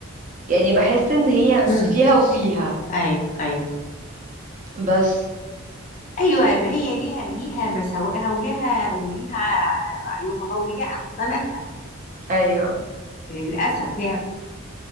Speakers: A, on the right; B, on the left.
A: يعني بحس ان هي
B: مم.
A: فيها وفيها
B: اي اي
A: بس
B: ايوه ما هي ليها ليها مساوئها وليها وليها عيوبها وليها احسناتها
A: ايوه
B: للاسف يعني